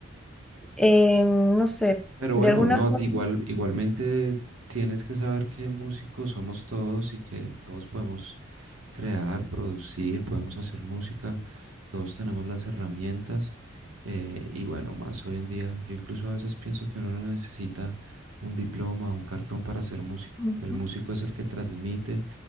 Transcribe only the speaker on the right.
Pero
bueno,
no,
igual, igualmente tienes que saber que músicos somos todos y que todos podemos crear, producir, podemos hacer música, todos tenemos las herramientas eh, y bueno, más hoy en día, yo incluso a veces pienso que uno no necesita un diploma, un cartón para ser músico.
El músico es el que transmite,